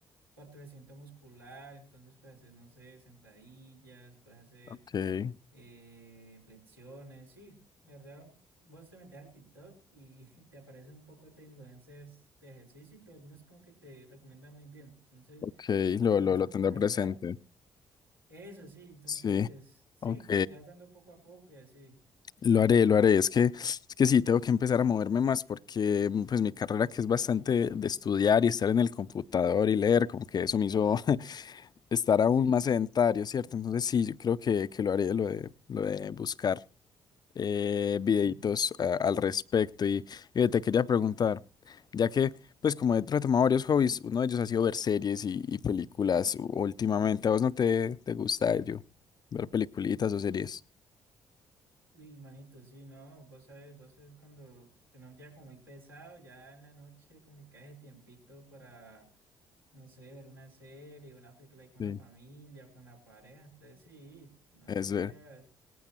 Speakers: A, on the right; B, on the left.
A: fortalecimiento muscular, entonces puedes hacer, no sé, sentadillas, puedes hacer
B: ok.
A: eh, flexiones, sí, la ¿verdad? Vos te metes al TikTok y <laughs> te aparecen un poco de influencers de ejercicio, pero algunos como que te recomiendan muy bien. Entonces,
B: Ok, lo,
A: si
B: lo,
A: quieres
B: lo
A: como
B: tendré
A: comenzar,
B: presente.
A: eso sí, entonces,
B: Sí,
A: sí,
B: ok,
A: le vas dando poco a poco y así. <laughs>
B: lo haré, lo haré. Es que, es que sí, tengo que empezar a moverme más porque mm, pues mi carrera que es bastante de estudiar y estar en el computador y leer, como que eso me hizo <laughs> estar aún
A: Sí,
B: más sedentario, ¿cierto? Entonces sí, yo creo que, que lo haré, lo de, lo de buscar. eh, videitos
A: sí.
B: a- al respecto. Y, y te quería preguntar, ya que, pues como he retomado varios hobbies, uno de ellos ha sido ver series y, y películas u- últimamente. ¿A vos no te, te gusta ello? Ver peliculitas o series.
A: Y manito, sí, no, vos sabes, vos sabes cuando tenés un día como muy pesado, ya en la noche como que cae ese tiempito para no sé, ver una serie, una película ahí con
B: Sí.
A: la familia o con la pareja. Entonces sí, no,
B: Es
A: esos
B: ver.
A: días